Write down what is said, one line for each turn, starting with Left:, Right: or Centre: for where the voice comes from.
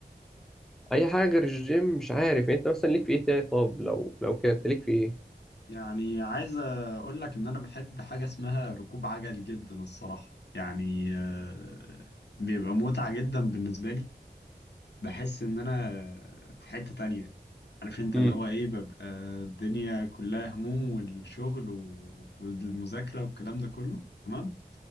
Centre: اي حاجه غير الجيم مش عارف يعني انت مثلا ليك في ايه تاني طب لو لو كده انت ليك في ايه
Left: يعني عايز اقول لك ان انا بحب حاجة اسمها ركوب عجل جدا الصراحة يعني آه، بيبقى متعة جدا بالنسبة لي بحس ان انا في حتة تانية عارف انت
Centre: امم
Left: اللي هو ايه ببقى الدنيا كلها هموم والشغل و- والمذاكرة والكلام ده كله تمام